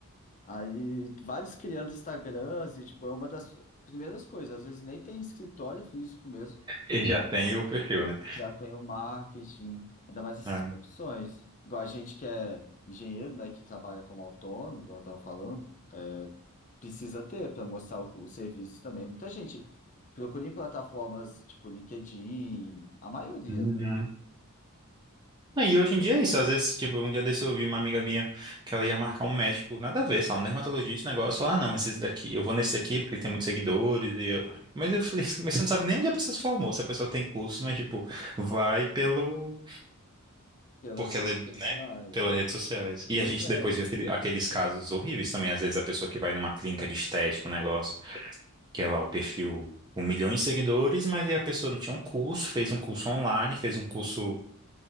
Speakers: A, on the left (about 35°); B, on the right (about 20°).
A: Aí, vários criando Instagrams, e, tipo, é uma das primeiras coisas, às vezes nem tem escritório físico mesmo.
B: E já tem o perfil, né?
A: Já tem o marketing, ainda mais essas
B: Ah.
A: profissões. Igual a gente que é engenheiro, né, que trabalha como autônomo, igual eu estava falando, precisa ter para mostrar o, o serviço também. Muita gente procura em plataformas tipo LinkedIn, a maioria,
B: Uhum.
A: né,
B: Ah, E hoje em dia é isso. Às vezes, tipo, um dia desse eu vi uma amiga minha que ela ia marcar um médico, nada a ver, sei lá, um dermatologista, um negócio. Ela, ah, não, mas esse daqui, eu vou nesse daqui porque ele tem muitos seguidores. E eu... Mas eu falei, <laughs> mas você não sabe nem onde a pessoa se formou, se a pessoa tem curso, mas, tipo, vai pelo.
A: pelas
B: Porque
A: redes
B: ela é, né?
A: sociais.
B: Pelas redes sociais. E
A: Pois
B: a gente
A: é,
B: depois viu aquele- aqueles casos horríveis também. Às vezes a pessoa que vai numa clínica de estética, um negócio, que é lá o perfil com milhões de seguidores, mas aí a pessoa não tinha um curso, fez um curso online, fez um curso.